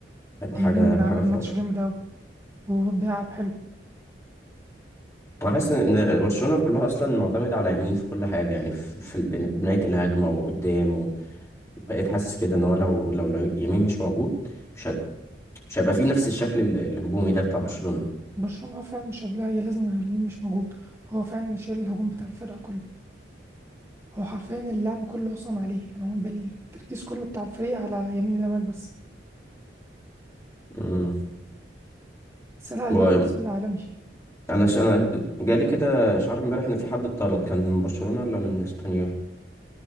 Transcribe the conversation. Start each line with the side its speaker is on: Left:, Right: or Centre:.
Left: هيبقى
Right: يمين
Left: حاجة هيبقى
Right: عمل
Left: حاجة خرافة
Right: ماتش جامد اوي وهو بيلعب حلو
Left: أنا حاسس إن برشلونة كلها أصلا معتمدة على يمين في كل حاجة يعني في في البن- بناية الهجمة وقدام و- بقيت حاسس كده إن هو لو لو لو يمين مش موجود مش هت- مش هيبقى فيه نفس الشكل ال- الهجومي ده بتاع برشلونة
Right: برشلونة هو فعلا مش قابلها هي لازم يمين مش موجود هو فعلا شايل الهجوم بتاع الفرقة كله هو حرفيا اللعب كله اصلا عليه يعني هو بالتركيز كله بتاع الفريق على يمين لمال بس
Left: امم
Right: بس لا الواد
Left: هو
Right: واد عالمي
Left: أنا ش... أنا جالي كده شعار امبارح إن في حد اتطرد كان من برشلونة ولا من إسبانيول